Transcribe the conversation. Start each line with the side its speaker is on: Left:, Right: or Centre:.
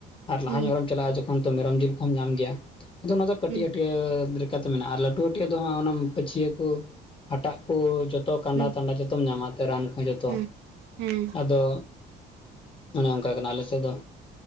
Left: ᱟᱨ ᱞᱟᱦᱟ
Right: ᱦᱩᱸ
Left: ᱧᱚᱜ ᱨᱮᱢ ᱪᱟᱞᱟᱜᱼᱟ ᱡᱚᱠᱷᱚᱱ ᱛᱚ ᱢᱮᱨᱚᱢ ᱡᱤᱞ ᱠᱚᱦᱚᱸᱢ ᱧᱟᱢ ᱜᱮᱭᱟ ᱟᱫᱚ ᱚᱱᱟ ᱫᱚ ᱠᱟᱹᱴᱤᱡ
Right: ᱦᱩᱸ
Left: ᱦᱟᱹᱴᱭᱟᱹ ᱠᱟᱛᱮ ᱢᱮᱱᱟᱜᱼᱟ ᱞᱟᱹᱴᱩ ᱦᱟᱹᱴᱭᱟ ᱫᱚ ᱦᱟᱜ ᱚᱱᱟ ᱯᱟᱹᱪᱷᱭᱟᱹ ᱠᱚ ᱦᱟᱴᱟᱜ ᱠᱚ ᱡᱚᱛ ᱡᱚᱛᱚ ᱠᱟᱸᱰᱟ
Right: ᱦᱩᱸ
Left: ᱛᱟᱱᱰᱟ ᱡᱚᱛᱚᱢ ᱧᱟᱢᱟ᱾ ᱛᱮᱨᱟᱱ ᱠᱚᱦᱚᱸ ᱡᱚᱛᱚ
Right: ᱦᱩᱸ ᱦᱮᱸ
Left: ᱟᱫᱚ ᱚᱱᱮ ᱚᱱᱠᱟ ᱠᱟᱱᱟ ᱟᱞᱮ ᱥᱮᱫ ᱾ ᱫᱚ